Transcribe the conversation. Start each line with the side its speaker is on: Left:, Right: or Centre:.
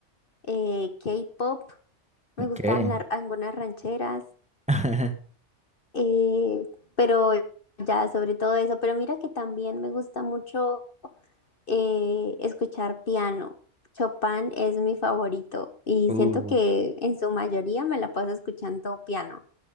Left: eh, K-pop, me
Centre: Ok.
Left: gustan la- algunas rancheras,
Centre: <laughs>
Left: eh, pero ya sobre todo eso. Pero mira que también me gusta mucho eh, escuchar piano. Chopin es mi favorito y
Centre: Uh,
Left: siento que en su mayoría me la paso escuchando piano.